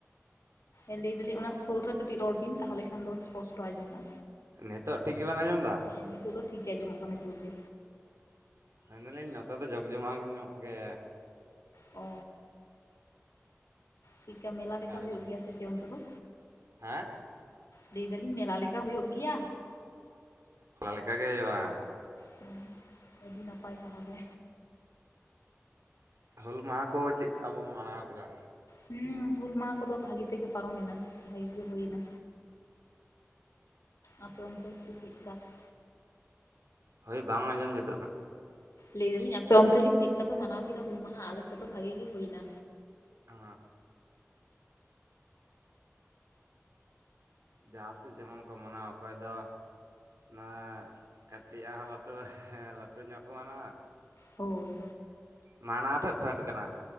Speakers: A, on the left; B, on the right.
A: ᱞᱟᱹᱭ ᱮᱫᱟᱞᱤᱧ ᱚᱱᱟ ᱥᱳᱨ ᱨᱮ ᱠᱟᱹᱴᱤᱡ ᱨᱚᱲ ᱵᱤᱱ ᱛᱟᱦᱚᱞᱮ ᱠᱷᱟᱱ ᱫᱚ ᱥᱯᱚᱥᱴᱚ ᱟᱸᱡᱚᱢᱜᱟ
B: ᱱᱤᱛᱚᱜ ᱴᱷᱤᱠ ᱜᱮᱵ ᱟᱸᱡᱚᱢ ᱮᱫᱟ
A: ᱮ ᱱᱤᱛᱚᱜ ᱫᱚ ᱴᱷᱤᱠ ᱜᱮᱭᱟᱸᱡᱚᱢᱚᱜ ᱠᱟᱱᱟ ᱡᱳᱨ ᱜᱮ
B: ᱢᱮᱱ ᱫᱟ ᱞᱤᱧ ᱱᱚᱛᱮ ᱫᱚ ᱡᱟᱠᱼ ᱡᱚᱢᱟ ᱧᱚᱜ ᱜᱮ
A: ᱚ ᱪᱮᱫᱠᱟ ᱢᱮᱞᱟ ᱞᱮᱠᱟ
B: ᱢᱮᱱᱟᱜ
A: ᱦᱩᱭᱩᱜ
B: ᱠᱟᱫᱟ
A: ᱜᱮᱭᱟ ᱥᱮ ᱪᱮᱫ ᱚᱱᱛᱮ ᱫᱚ
B: ᱦᱮᱸ
A: ᱞᱟᱹᱭ ᱫᱟᱞᱤᱧ ᱢᱮᱞᱟ ᱞᱮᱠᱟ ᱦᱩᱭᱩᱜ ᱜᱮᱭᱟ
B: ᱦᱚᱞᱟ ᱞᱮᱠᱟᱜᱮ ᱦᱩᱭᱩᱜᱼᱟ᱾
A: ᱦᱮᱸ ᱟᱹᱰᱤ ᱱᱟᱯᱟᱭ ᱛᱟᱦᱚᱞᱮ
B: ᱦᱩᱞ ᱢᱟᱦᱟ ᱠᱚ ᱪᱮᱫᱠᱟ ᱵᱚᱱ ᱢᱟᱱᱟᱣ ᱠᱮᱫᱟ
A: ᱦᱮᱸ ᱦᱩᱞ ᱢᱟᱦᱟ ᱠᱚᱫᱚ ᱵᱷᱟᱜᱤ ᱛᱮᱜᱮ ᱯᱟᱨᱚᱢᱮᱱᱟ ᱵᱷᱟᱜᱤ ᱜᱮ ᱦᱩᱭᱱᱟ ᱟᱯᱨᱚᱱᱛᱮ ᱪ ᱪᱮᱫ ᱞᱮᱠᱟ <unintelligible>
B: ᱦᱳᱭ ᱵᱟᱝ ᱟᱸᱡᱚᱢ ᱡᱩᱛᱚᱜ ᱠᱟᱱᱟ
A: ᱞᱟᱹᱭ ᱫᱟᱞᱤᱧ ᱟᱯᱮ ᱚᱱᱛᱮ ᱜᱮ ᱪᱮᱫ ᱞᱮᱠᱟᱯᱮ ᱢᱟᱱᱟᱣ ᱠᱮᱫᱟ ᱦᱩᱞ ᱢᱟᱦᱟ ᱟᱞᱮᱥᱮᱫ ᱫᱚ ᱵᱷᱟᱜᱤ ᱜᱮ ᱦᱩᱭᱱᱟ
B: ᱚ ᱡᱟᱦᱟᱸ ᱥᱮᱫ ᱡᱮᱢᱚᱱ ᱠᱚ ᱢᱟᱱᱟᱣᱟ ᱚᱠᱚᱭ ᱫᱚ ᱱᱟᱜ ᱠᱟᱹᱴᱤᱡ ᱦᱚᱸ ᱟᱞᱚᱯᱮ ᱟᱞᱚᱯᱮ ᱧᱟᱯᱟᱱᱟ
A: ᱦᱳᱭ
B: ᱢᱟᱱᱟ ᱛᱮᱫ ᱛᱟᱦᱮᱱ ᱠᱟᱱᱟ